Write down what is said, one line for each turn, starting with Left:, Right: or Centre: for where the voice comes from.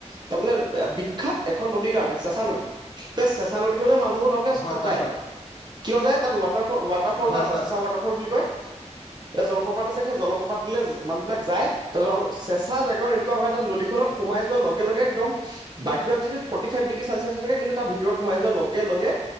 Right: তাৰ মমানে বিখ্যাত এখন নদীৰ কাৰণে চেঁচা নদী সেই চেঁচা নদীখনে মানু তাৰে
Left: হয়
Right: চব
Left: হয়
Right: যায়
Left: হয়,
Right: কিয় যায় তাত ৱাটাৰল ৱাটাৰ ফল
Left: হয়
Right: এটা আছে
Left: হয়,
Right: চেচা ৱাটাৰ ফল বুলি কয় এতিয়া জলপ্ৰপাত আছে সেই জলপ্ৰপাত দে মানুহ বিিলাক যায় ত চেঁচা জোগাৰ এনেকুৱা হয় তাত নদীখনত সোমাই যোৱাৰ লগে লগে একদম বাহিৰত যদি ফৰ্টি ফাইভ ডিগ্ৰী চেলচিয়াছ থাকে কিন্তু তাৰ ভিতৰত সোমাই যোৱাৰ লগে লগে